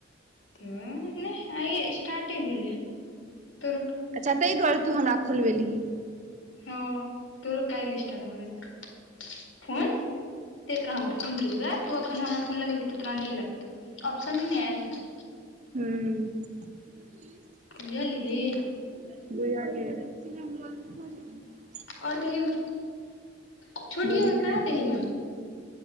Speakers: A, on the left (about 80°); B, on the right (about 40°).
A: ह नहि आइ स्टार्टे भेल त
B: अच्छा ताहि दुआरे तू हमरा खोलबेली ह
A: हँ तोरो काइल स्टारट भ जेत ते तोरा हम फोन केलिय तू एन हमरा फोन लगेबही तोरा नहि लगतौ ऑप्शने नहि आयल हेत
B: हूँ
A: बुझलही
B: भ
A: ओर कहियो छोटियो
B: बढ़िया
A: के करा दहि न